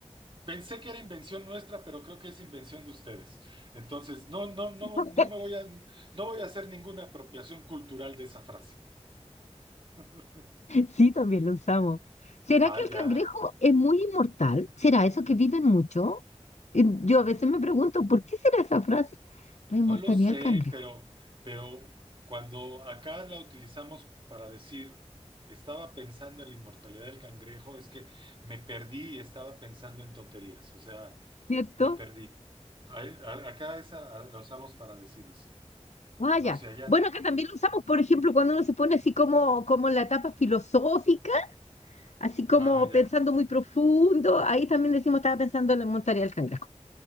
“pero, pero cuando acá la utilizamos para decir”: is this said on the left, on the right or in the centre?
Right